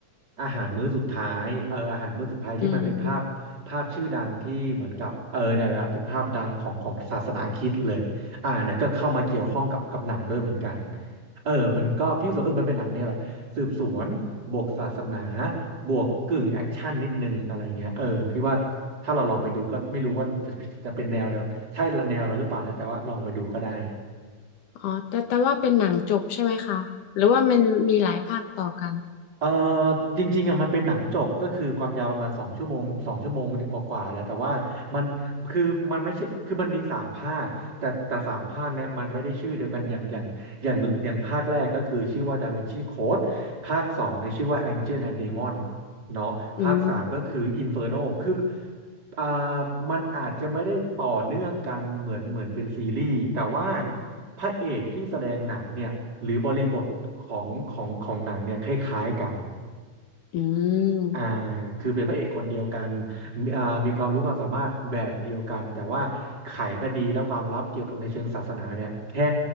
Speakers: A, on the right; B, on the left.
A: อาหารมื้อสุดท้ายเอออาหารมื้อสุดท้ายที่มันเป็นภาพภาพชื่อดังที่เหมือนกับเออเนี่ยแหละเป็นภาพดังของของศาสนาคริสต์เลยอ่าเนี่ยก็เข้ามาเกี่ยวข้องกับกับหนังด้วยเหมือนกัน
B: อืม
A: เออมันก็พี่รู้สกว่าเออมันเป็นหนังเนี่ยแบบสืบสวนบวกศาสนา บวกกึ่งแอคชั่นนิดนึงอะไรเงี้ยเออพี่ว่าถ้าเราลองไปดูก็ไม่รู้ว่าจะจะเป็นแนวเดียวใช่แนวเราหรือเปล่านะแต่ว่าลองไปดูก็ได้
B: อ๋อแต่แต่ว่าเป็นหนังจบใช่ไหมคะหรือว่ามันมีหลายภาคต่อกัน
A: เออจริงๆอ่ะมันเป็นหนังจบก็คือความยาวประมาณสองชั่วโมงสองชั่วโมงกว่าๆแล้วแต่ว่ามันคือมันไม่ใช่คือมันมีสามภาคแต่แต่สามภาคเนี่ยมันไม่ได้ชื่อเดียวกันอย่างอย่างอย่างอย่างภาคแรกก็คือชื่อว่าดาวินชีโค้ดภาคสองในยชื่อว่า Angel and Demon เนาะภาคสามก็คือ
B: อืม
A: Inferno คือ อ่ามันอาจจะไม่ได้ต่อเนื่องกันเหมือนเหมือนเป็นซีรีส์แต่ว่าพระเอกที่แสดงหนังเนี่ยหรือบริบทของของของหนังเนี่ยคล้ายๆกัน
B: อืม
A: อ่าคือเป็นพระเอกคนเดียวกันมีอ่ามีความรู้ความสามารถแบบเดียวกันแต่ว่าไขคดีและความลับเกี่ยวกับในเชิงศาสนาเนี่ยแค่